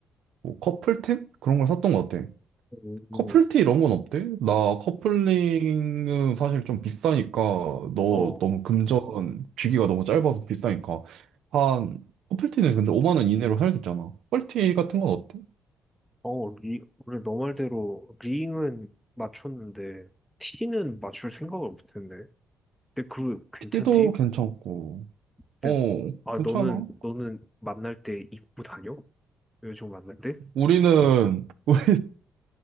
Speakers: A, on the right; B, in the centre.
A: 커플템? 그런 걸 샀던 것 같아.
B: 음,
A: 커플티 이런 건 어때? 나 커플링은 사실 좀 비싸니까 너
B: 어,
A: 너무 금전 주기가 너무 짧아서 비싸니까 한 커플티는 근데 5만 원 이내로 살 수 있잖아. 커플티 같은 건 어때?
B: 어, 리, 그래, 너 말대로 링은 맞췄는데 티는 맞출 생각을 못했네. 근데 그 괜찮디?
A: 티기도 괜찮고,
B: 근데
A: 어,
B: 아
A: 괜찮아.
B: 너는 너는 만날 때 입고 다녀? 여자친구 만날 때?
A: 우리는, <laughs> 우리,